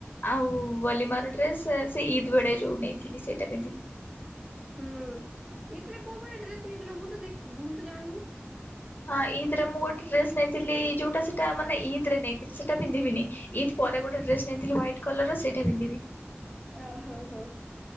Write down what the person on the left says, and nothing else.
ଆଉ ଓଲିମାର ଡ୍ରେସ ସେଇ ଇଦ୍ ବେଳେ ଯୋଉ ନେଇଥିଲି ସେଇଟା ପିନ୍ଧିବି।
ହଁ ଇଦ୍ ରେ ମୁଁ ଗୋଟେ ଡ୍ରେସ ନେଇଥିଲି ଯୋଉଟା ସେଟା ମାନେ ଇଦ୍ ରେ ନେଇଥିଲି ସେଇଟା ପିନ୍ଧିବିନି। ଇଦ୍ ପରେ ଗୋଟେ ଡ୍ରେସ୍ ନେଇଥିଲି ହ୍ୱାଇଟ୍ କଲର ସେଇଟା ପିନ୍ଧିବି।